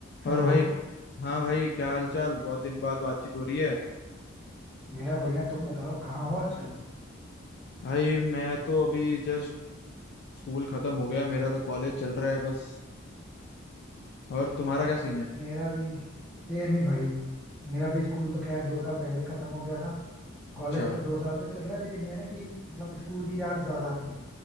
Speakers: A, in the centre; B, on the left.
A: Hello
B: और भाई हाँ भाई क्या हाल चाल बहुत दिन बाद बातचीत हो रही है
A: मेरा बढ़िया तुम बताओ कहाँ हो आजकल
B: भाई मैं तो अभी जस्ट स्कूल खत्म हो गया है, मेरा तो कॉलेज चल रहा है बस और तुम्हारा क्या सीन है
A: मेरा भी सेम ही भाई मेरा भी स्कूल तो खैर दो साल पहले ही खत्म हो गया था कॉलेज
B: अच्छा
A: तो दो साल से चल रहा है लेकिन ये है ना कि मतलब स्कूल की याद ज्यादा आती है